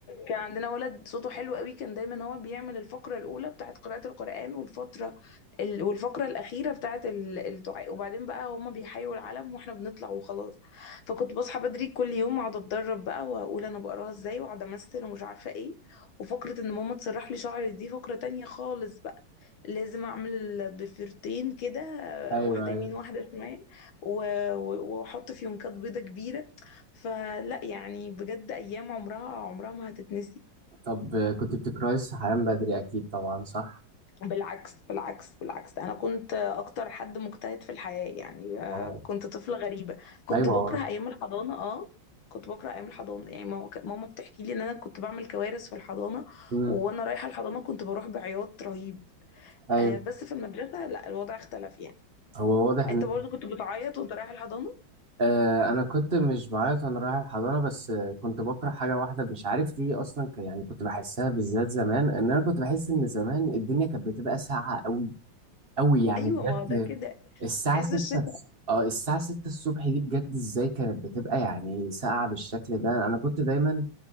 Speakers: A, on the left; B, on the right.
A: كان عندنا ولد صوته حلو قوي كان دايما هو بيعمل الفقرة الأولى بتاعت قراءة القرآن والفترة ال... والفقرة الأخيرة بتاعت ال- الدعاء وبعدين بقى هما بيحيوا العلم واحنا بنطلع وخلاص فكنت بصحى بدري كل يوم أقعد أتدرب بقى وأقول أنا بقراها إزاي وأقعد أمثل ومش عارفة إيه وفقرة إن ماما تسرح لي شعري دي فقرة تانية خالص بقى لازم أعمل الضفيرتين كده
B: أيوه
A: واحدة
B: أيوه
A: يمين واحدة شمال و- و- وأحط فيونكات بيضة كبيرة فلا يعني بجد ايام عمرها عمرها ما هتتنسي
B: طب كنت بتكرهي الصحيان بدري أكيد طبعا صح؟
A: بالعكس بالعكس بالعكس انا كنت اكتر حد مجتهد في الحياة يعني آه،
B: آه
A: كنت طفلة غريبة كنت
B: أيوه
A: بكره ايام الحضانة اه كنت بكره ايام الحضانة يعني ماما كانت- ماما بتحكي لي ان انا كنت بعمل كوارث في الحضانة
B: مم.
A: وانا رايحة الحضانة كنت بروح بعياط رهيب
B: ايوه
A: آه بس في المدرسة لا الوضع اختلف يعني
B: هو واضح
A: انت
B: ان
A: برضو كنت بتعيط وانت رايح الحضانة
B: آه انا كنت مش بعيط وانا رايح الحضانه بس آه، كنت بكره حاجه واحده مش عارف ليه اصلا ك- يعني كنت بحسها بالذات زمان ان انا كنت بحس ان زمان الدنيا كانت بتبقى ساقعه قوي قوي يعني
A: ايوه
B: بجد
A: ما هو ده كده
B: الساعه
A: عايز
B: 6
A: الشتاء
B: اه الساعه 6 الصبح دي بجد ازاي كانت بتبقى يعني ساقعه بالشكل ده انا كنت دايما